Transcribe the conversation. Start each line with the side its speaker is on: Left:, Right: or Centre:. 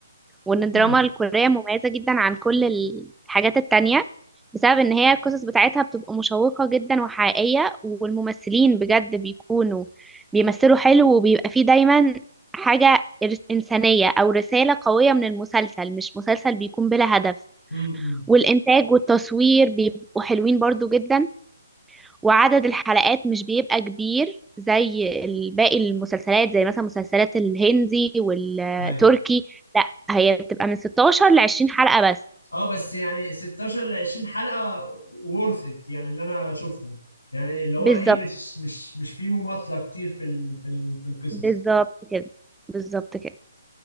Centre: وان الدراما
Left: مم.
Centre: الكورية مميزة جدا عن كل الحاجات التانية بسبب ان هي القصص بتاعتها بتبقى مشوقة جدا وحقيقية والممثلين بجد بيكونوا بيمثلوا حلو وبيبقى فيه دايما حاجة إر- إنسانية أو رسالة قوية من المسلسل مش مسلسل بيكون بلا هدف
Left: مم.
Centre: والإنتاج والتصوير بيبقوا حلوين برضو جدا وعدد الحلقات مش بيبقى كبير زي ال- باقي المسلسلات زي مثلا مسلسلات الهندي والتركي
Left: أيوه
Centre: لا هي بتبقى من 16 ل 20 حلقة بس
Left: اه بس يعني 16 ل 20 حلقة worth it يعني اللي انا اشوفهم يعني اللي هو
Centre: بالظبط
Left: ايه مش مش مش في مماطلة كتير في ال في ال في القصص
Centre: بالظبط كده بالظبط كده